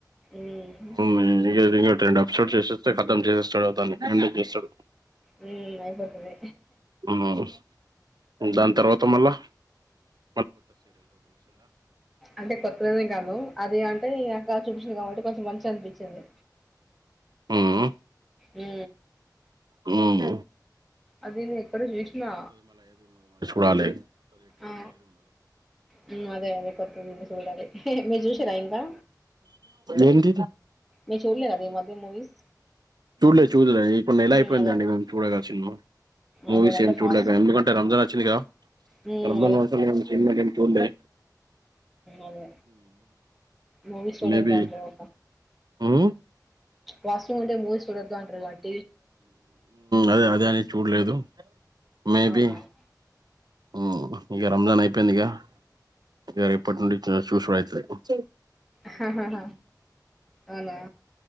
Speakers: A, in the centre; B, on the right (about 70°).
A: మ్మ్
B: హు ఇగదిగ ట్రెండ్ అప్ సోడ్ చేసేస్తే కతం చేసేస్తాడు దాన్ని అే చేస్తాడు
A: ఉ అయిపోతది
B: హు దాని తర్వాత్ త మళ్ళ
A: అంటే కొత్తదని కాదు అది అంటే ఇగ చూపిచ్చింది కాబట్టి కొంచెం మంచి అనిపిచింది
B: మ్మ్
A: హు
B: మ్మ్
A: అదిని ఎక్కడో చుసినా
B: రా లే
A: ఆ హు అదే అదే కొత్తది నిన్ చూడలే మీరు చూసిరా ఇంకా
B: ఏంటిది
A: మీ చూడలేదా ఈ మధ్య మూవీస్
B: చూల్లే చూల్లే ఇప్పుడు నెల
A: హ్మ్.
B: అయిపోయిందండి
A: అదే అదే.
B: మేము చూడక సినిమా మూవీస్
A: అదే అదే అంటే
B: ఏం చూల్లే
A: ఫాస్ట్
B: ఎందుకంటే రంజన్ అ చ్చింది గా
A: హ్మ్.
B: <unintelligible> సినిమా గని చుల్లే
A: అవును మూవీస్ చూడొదాంటరు
B: మేబీ ఉమ్
A: వాష్రూమ్ ఉంటే మూవీస్ చూడొద్దు అంటారుగావట్టి
B: అదే అదే అని చూడలేదు మే
A: ఆ! అవును.
B: బి ఉహ్ ఇగ రంజాన్ అయిపోయిందిగా ఇగ ఇప్పటి నుండి ఇట్లనే చూసుడయితది చె
A: హాహా అవునా